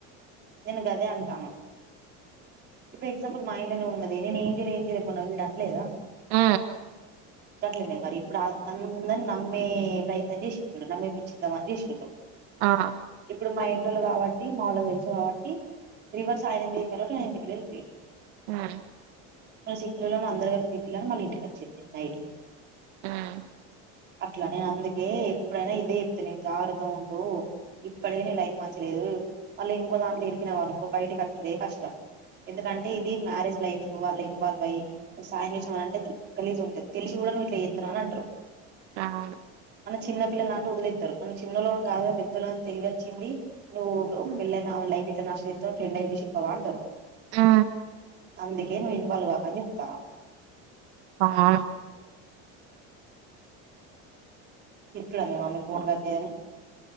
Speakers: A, on the right (about 30°); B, on the right (about 85°).
A: నేను గదే అంటానా. ఇప్పుడు ఎగ్జాంపుల్ మా ఇంట్లోనే ఉన్నది. నేను ఏమ్ జేయలే జేయలే మొన్న వీడు అనలేదా.
B: ఆ
A: గట్లనే మరి ఇప్పుడు అందరిని నమ్మే ప్రయత్నం జేసిండు నమ్మేపిచ్చిద్దామని జూసిండు
B: ఆ
A: ఇప్పుడు మా ఇంటోళ్ళు గాబట్టి మా వోళ్ళకు దెలుసు కాబట్టి రివర్స్ ఆయన మీదకెళ్ళుటే ఇంట్లకెళ్ళి యెళ్ళిపోయిండు.
B: ఉమ్
A: మన సిక్కులలో అందరూ కలిసి తిట్టిలని మళ్ళీ ఇంటికి వచ్చిండు నైట్
B: ఉమ్
A: అట్లా నేను అందుకే ఎప్పుడైనా ఇదే చెప్తా నీకు జాగ్రత్త ఉండు ఇప్పటికే నీ లైఫ్ మంచి లేదు మళ్ళ ఇంకో దాంట్లో ఇరికినవనుకో బయటకి వచ్చుడే కష్టం. ఎందుకంటే ఇది మ్యారేజ్ లైఫ్ వాళ్ళ ఇన్వాల్వ్ అయ్యి సాయం చేసినవ్ అని అంటే గలీజ్ ఉంటది తెలిసి గూడా నువ్ ఇట్లా జేస్తున్నాం అని అంటరు.
B: అవును
A: మనం చిన్నపిల్లలా అంటే వదిలేత్తరు. మనం చిన్నోలం గాదుగా పెద్దోలం తెలివి వచ్చింది. నువ్వు ఒకపెళ్ళి
B: హ్మ్
A: అయిన ఆమె లైఫ్ ఇట్ల నాశనం చేస్తవ్ ఫ్రెండ్ అయి ఉండి చెప్పావా అంటరు.
B: ఆ
A: అందుకే నువ్వు ఇన్వాల్వ్ గాకు అని జెప్తున్న
B: కాను
A: తిట్లే మీ మమ్మీ ఫోన్ కట్ జేయ్ అని